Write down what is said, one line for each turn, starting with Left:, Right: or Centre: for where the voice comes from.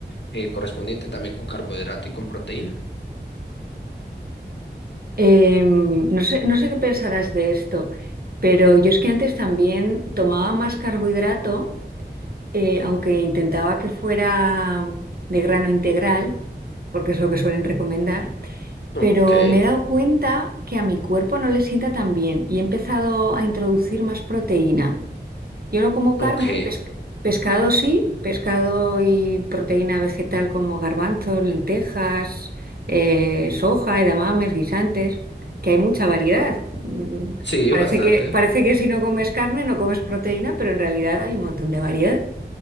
Left: eh, correspondiente también con carbohidrato y con proteína.
Right: Em, no sé, no sé qué pensarás de esto, pero yo es que antes también tomaba más carbohidrato, eh, aunque intentaba que fuera de grano integral, porque es lo que suelen recomendar,
Left: Ok,
Right: pero me he dado cuenta que a mi cuerpo no le sienta tan bien y he empezado a introducir más proteína. Yo no como carne,
Left: ok,
Right: pes- pescado sí, pescado y proteína vegetal como garbanzos, lentejas, eh, soja, edamames, guisantes, que hay mucha variedad. Mm,
Left: sí,
Right: Parece
Left: bastante.
Right: que, parece que si no comes carne no comes proteína, pero en realidad hay un montón de variedad.